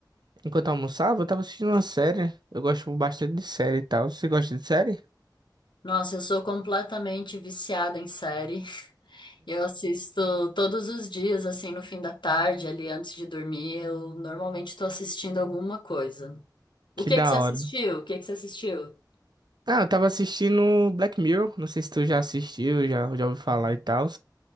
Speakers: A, on the right; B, on the left.
A: enquanto eu almoçava, eu tava assistindo uma série. Eu gosto bastante de série e tal. Você gosta de série?
B: Nossa, eu sou completamente viciada em série. <laughs> Eu assisto todos os dias, assim, no fim da tarde, ali antes de dormir. Eu normalmente tô assistindo alguma coisa. O
A: Que
B: que
A: da
B: que você assistiu?
A: hora.
B: O que que você assistiu?
A: Ah, eu tava assistindo Black Mirror, não sei se tu já assistiu, já, já ouviu falar e tal.